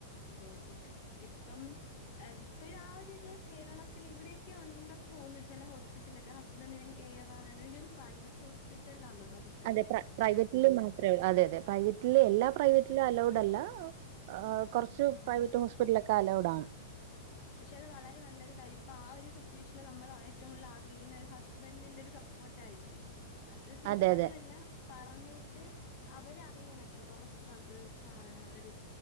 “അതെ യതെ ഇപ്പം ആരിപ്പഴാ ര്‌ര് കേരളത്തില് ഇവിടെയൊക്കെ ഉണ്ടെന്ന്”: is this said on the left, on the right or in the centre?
Left